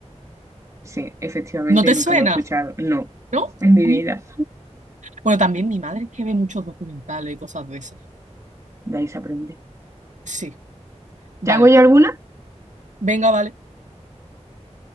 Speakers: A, on the right; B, on the right.
A: Sí, efectivamente
B: ¿No te
A: nunca
B: suena?
A: lo he escuchado. No,
B: ¿No?
A: en mi
B: Mm.
A: vida.
B: Bueno, también mi madre es que ve muchos documentales y cosas de esas.
A: De ahí se aprende.
B: Sí, vale.
A: ¿Te hago yo alguna?
B: Venga, vale.